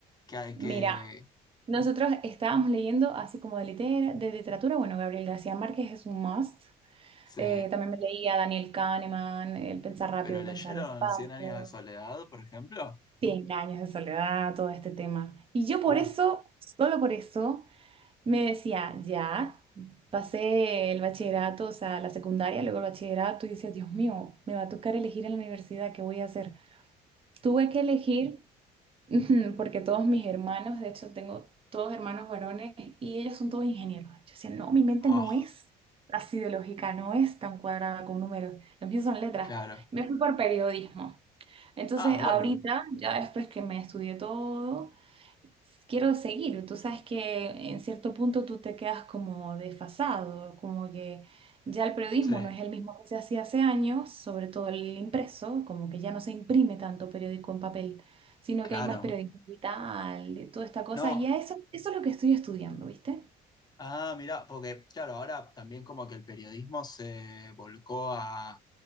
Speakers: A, on the left (about 25°); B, on the right (about 35°).
A: que hay
B: Mira,
A: que,
B: nosotros estábamos leyendo así como de, litera- de literatura, bueno, Gabriel García Márquez es un must.
A: sí.
B: Eh, también me leía Daniel Kahneman, El pensar rápido,
A: Pero leyeron
B: pensar despacio.
A: Cien años de soledad, por ejemplo.
B: cien años de soledad, todo este tema. Y yo por
A: Uh,
B: eso, solo por eso, me decía, ya, pasé el bachillerato, o sea, la secundaria, luego el bachillerato, y decía, Dios mío, me va a tocar elegir en la universidad, ¿qué voy a hacer? Tuve que elegir Ujú, Porque todos mis hermanos, de hecho tengo todos hermanos varones y ellos son todos ingenieros. Yo decía, no, mi mente
A: ah,
B: no es así de lógica, no es tan cuadrada con números, los míos son letras.
A: claro.
B: Me fui por periodismo. Entonces
A: Ah, bueno,
B: ahorita, ya después que me estudié todo, quiero seguir. Tú sabes que en cierto punto tú te quedas como desfasado, como que ya el periodismo
A: sí,
B: no es el mismo que se hacía hace años, sobre todo el impreso, como que ya no se imprime tanto periódico en papel, sino
A: claro.
B: que hay más periodismo digital, de toda esta cosa,
A: No,
B: y a eso, eso es lo que estoy estudiando, ¿viste?
A: Ah, mirá, porque claro, ahora también como que el periodismo se volcó a,